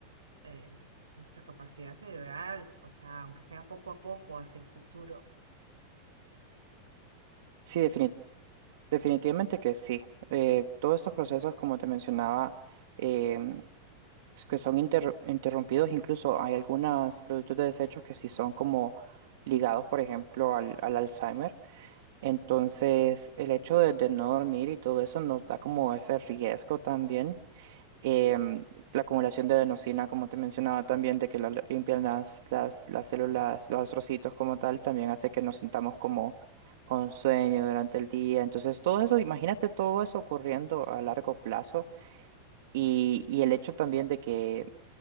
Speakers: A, on the right (about 75°); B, on the right (about 55°).
A: eh, nuestra capacidad cerebral? O sea, aunque sea poco a poco hacia el futuro.
B: Sí, defini- definitivamente que sí. Eh, todos estos procesos, como te mencionaba, em, es que son inter- interrumpidos, incluso hay algunos productos de desechos que sí son como ligados, por ejemplo, al, al Alzheimer. Entonces, el hecho de, de no dormir y todo eso nos da como ese riesgo también em, la acumulación de adenosina, como te mencionaba también, de que la limpian las, las, las células, los astrocitos como tal, también hace que nos sintamos como con sueño durante el día. Entonces, todo eso, imagínate todo eso ocurriendo a largo plazo y, y el hecho también de que